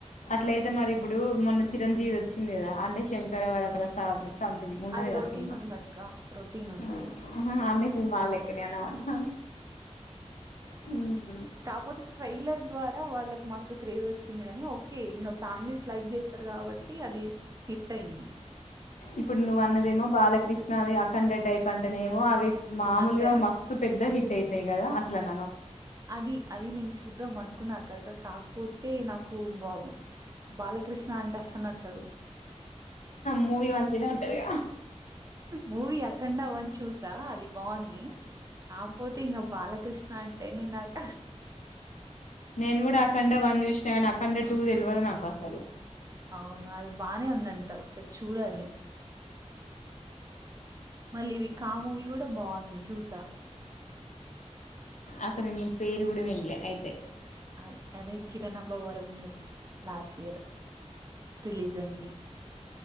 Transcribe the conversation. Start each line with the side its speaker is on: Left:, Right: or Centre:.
Left: అట్లయితే మరి ఇప్పుడు మొన్న చిరంజీవిద్ వచ్చింది కదా అంటే శంకర వర ప్రసా సాద్ సమ్థింగ్ ఉన్నది
Right: అది
Left: కాద
Right: రొటీన్
Left: సినిమా
Right: ఉంది అక్క రొటీన్ ఉంది
Left: హ్మ్
Right: అది
Left: హుహు అమిస్ సినిమా లెక్క నేను హా హ్మ్
Right: కాక్పోతే ట్రై ఈలర్ ద్వారా వాళ్ళకి మస్తు క్రేజ్ వచ్చింది,, కానీ ఓకే ఇంకా ఫ్యామిలీస్ లైవ్ చేస్తారు కాబట్టి, అది హిట్ అయింది.
Left: ఇప్పుడు నువ్వు అన్నదేమో బాలకృష్ణది అఖండ టైప్ అంటనే మో అవి మామలుగా
Right: అక్క
Left: మస్తు పెద్ద హిట్ అయి అంతే కదా అట్లాన్
Right: అది అది నేను చూద్దాం అన్ అక్కక్క కాకపోతే నాకు బా బాలకృష్ణ అంటే వస్తున్నా చదువు
Left: మూవీ మంచినే ఉంటదిగా
Right: మూవీ ఆఖండ వన్ చూసా అది బాగుంది. నా పోతే ఇం బాలకృష్ణా నాక
Left: నేను కూడా అ కండే వన్ చూసిన కా ఆ అ కండే టూ తెలియదు నాకు అస్త సలు
Right: అవును అది బాగానే ఉందంట ఒకసారి చూడాలి మళ్ళీ ఇది కా మూవీ కూడా బాగుంది చూసా
Left: అసలుే న పేరు కూడా వెడిలే అయితే అే
Right: అద అదే కిరణప్ప వరంని లాస్ట్ ఇయర్ రిలీజ్ అయింది